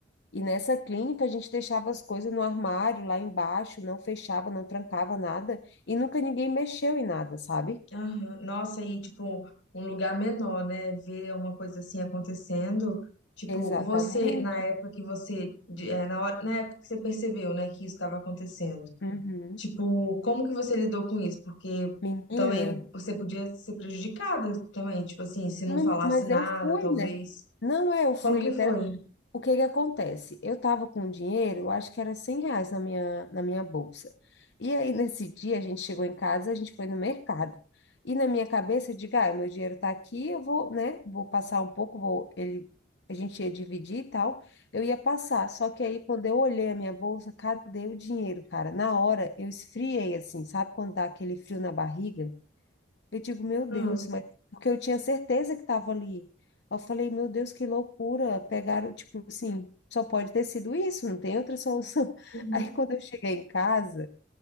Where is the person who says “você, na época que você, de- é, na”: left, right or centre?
Left